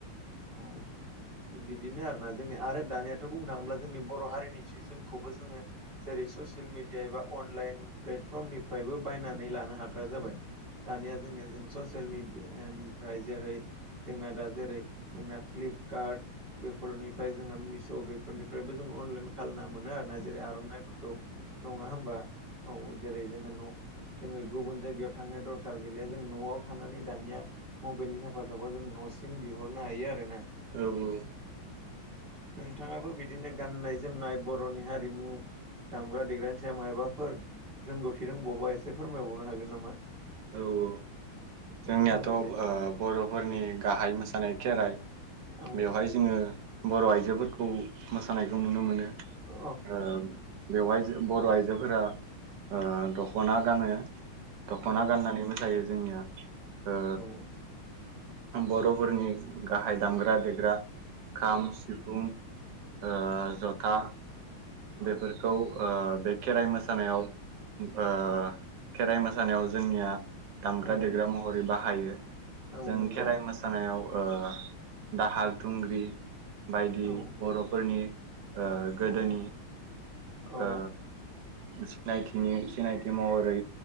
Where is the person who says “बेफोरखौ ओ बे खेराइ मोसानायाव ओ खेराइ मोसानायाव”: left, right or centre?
Right